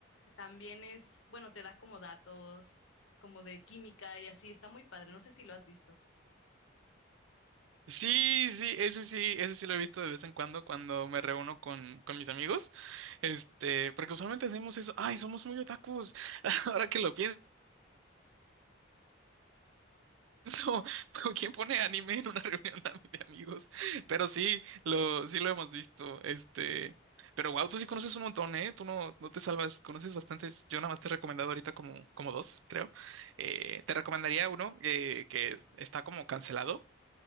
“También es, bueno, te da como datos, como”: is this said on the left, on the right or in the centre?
Left